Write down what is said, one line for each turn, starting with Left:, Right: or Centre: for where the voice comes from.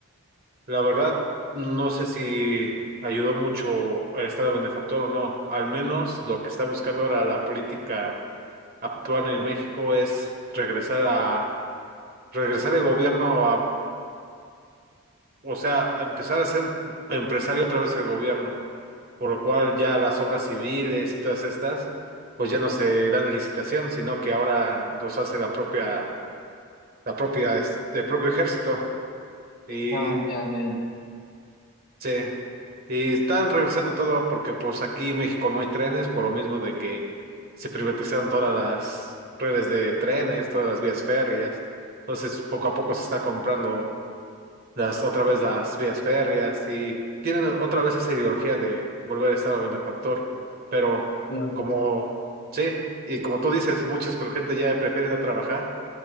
Right: La verdad, no sé si ayudó mucho el Estado benefactor o no. Al menos lo que está buscando ahora la política actual en México es regresar a regresar el gobierno a, o sea, a empezar a ser empresario otra vez al gobierno, por lo cual ya las obras civiles y todas estas, pues ya no se dan en licitación, sino que ahora los hace la propia, la propia, este, propio ejército. Y
Left: Ah, ya veo.
Right: Sí, y están regresando todo porque pues aquí en México no hay trenes por lo mismo de que se privatizaron todas las redes de trenes, todas las vías férreas. Entonces poco a poco se está comprando las otra vez las vías férreas y tienen otra vez esa ideología de volver a estar benefactor. Pero
Left: Claro.
Right: como sí, y como tú dices, muchas pero gente ya prefiere no trabajar